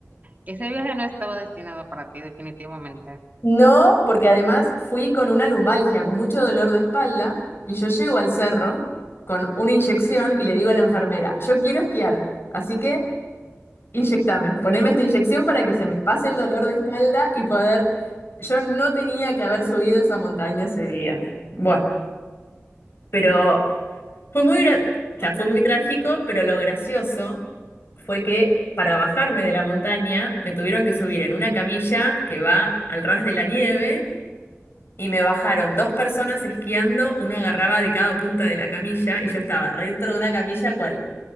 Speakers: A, on the right (about 35°); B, on the left (about 50°).
A: ese viaje no estaba destinado para ti, definitivamente.
B: No, porque además fui con una lumbalgia, con mucho dolor de espalda, y yo llego al cerro con una inyección y le digo a la enfermera, yo quiero esquiar, así que inyectame, poneme esta inyección para que se me pase el dolor de espalda y poder... Yo no tenía que haber subido esa montaña ese día. Bueno, pero fue muy, gra- o sea,
A: No.
B: fue muy trágico, pero lo gracioso fue que para bajarme de la montaña me tuvieron que subir en una camilla que va al ras de la nieve. y me bajaron dos personas esquiando, uno agarraba de cada punta de la camilla y yo estaba re dentro de una camilla cual